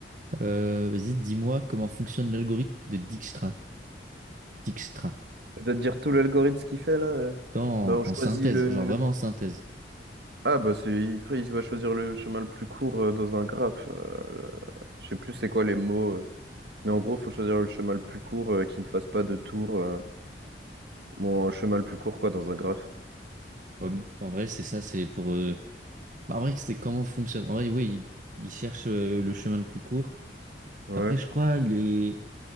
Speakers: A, on the right (about 45°); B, on the right (about 65°).
A: Euh, vas-y, dis-moi comment fonctionne l'algorithme de Dijkstra. Dijkstra.
B: Je dois te dire tout l'algorithme ce qu'il fait là. euh.
A: Dans,
B: Bah, on choisit
A: en synthèse,
B: le.
A: genre vraiment en synthèse.
B: Ah, bah, c'est... après, il va choisir le chemin le plus court euh, dans un graphe. Euh, je sais plus c'est quoi les mots. euh. Mais en gros, faut choisir le chemin le plus court euh, qui ne fasse pas de tour. euh. Bon, un chemin le plus court, quoi, dans un graphe.
A: Ouais, m- en vrai, c'est ça, c'est pour. euh, Bah, en vrai, c'est comment fonctionne. En vrai, oui, il, il cherche euh, le chemin le plus court.
B: Ouais,
A: Après, je crois, il est.